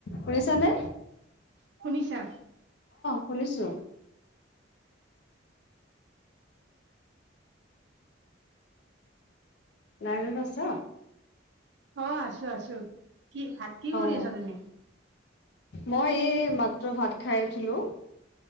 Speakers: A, on the left; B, on the right.
A: শুনিছানে?
B: শুনিছা?
A: শুনিছোঁ। লাইনত আছা?
B: অ', আছোঁ আছোঁ কি ভাত কি
A: অঁ
B: কৰি আছা তুমি?
A: মই এই মাত্ৰ ভাত খাই উঠিলোঁ।